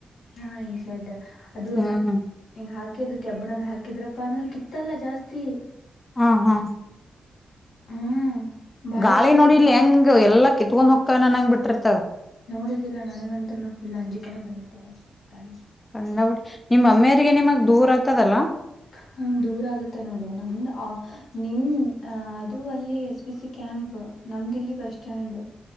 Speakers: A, on the left; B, on the left.
A: ಹಾ ಈ ಶರ್ಡ ಅದ ಅಲ್ಲ
B: ಹ್ಮ್
A: ಹಂಗ ಹಾಕ ದು ಕೆಬ್ಬಣದ ಹಾಕಿದ್ರಪ್ಪಾ ಅಂದ್ರೆ ಕಿತ್ತಲ್ಲ ಜಾಸ್ತಿ
B: ಹಾ ಹಾ
A: ಹ್ಮ್ ಬಹಳ
B: ಗಾಳಿ
A: ಚಲೋ
B: ನೋಡಿಲ್
A: ಅದು
B: ಹೆಂಗ ಎಲ್ಲಾ ಕಿತ್ಕೊಂಡ್ ಹೊಕ್ಕ ನನಂಗ್ ಬಿಟ್ಟಿರ್ತ
A: ನೋಡಿದ್ದಿಲ್ಲ ನನಗಂತ್ರನು ಫುಲ್ ಅಂಜಕನೆ ಬಂದಿತ್ತುವ ತಾಯಿ
B: ಕಂಡಬಡಿ ನಿಮ್ಮ ಅಮ್ಮಿಯರಿಗೆ ನಿಮಗ್ ದೂರ್ ಆಗ್ತದಲ್ಲ
A: ಹ್ಮ ದೂರ ಆಗುತ್ತೆ ನೋಡು ನಮ್ದ ನಿಮ್ ಅ ಅದು ಅಲ್ಲಿ ಎಸ್ ಬಿ ಕ ಕ್ಯಾಂಪ್ ನಮ ದಿಲ್ಲಿ ಬಸ್್ಟಾಂಡ್